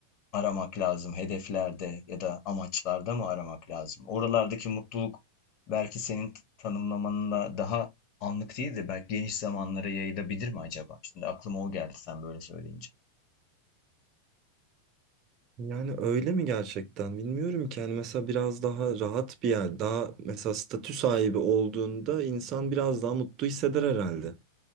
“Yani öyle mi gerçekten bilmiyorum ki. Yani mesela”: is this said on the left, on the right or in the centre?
Right